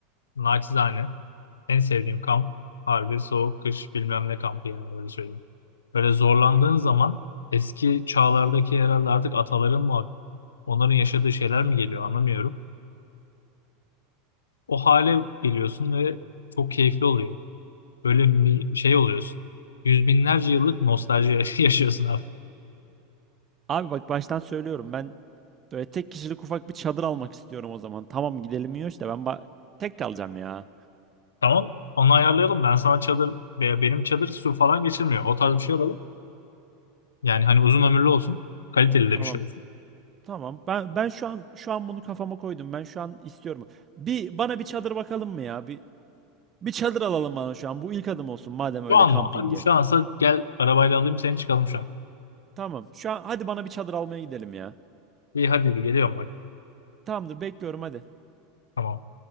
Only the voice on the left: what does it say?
naçizane en sevdiğim kamp harbi soğuk kış bilmem ne kampı yani öyle söyleyeyim. Böyle zorlandığın zaman eski çağlardaki herhalde artık ataların mı onların yaşadığı şeyler mi geliyor anlamıyorum. O hale geliyorsun ve çok keyifli oluyor. Böyle mi- şey oluyorsun. Yüz binlerce yıllık nostalji <laughs> yaşıyorsun abi.
Tamam. Onu ayarlayalım. Ben sana çadır veya benim çadır su falan geçirmiyor. O tarz bir şey alalım. Yani hani uzun ömürlü olsun. Kaliteli de
bir şey olsun.
Şu an
mı? Hadi şu ansa gel arabayla alayım seni çıkalım şu an.
İyi hadi geliyorum bak.
Tamam.